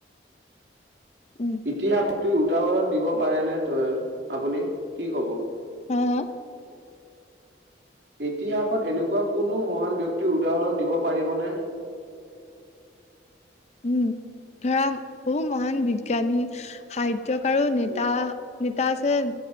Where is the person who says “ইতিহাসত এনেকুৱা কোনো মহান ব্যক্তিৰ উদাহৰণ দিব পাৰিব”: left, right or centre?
Right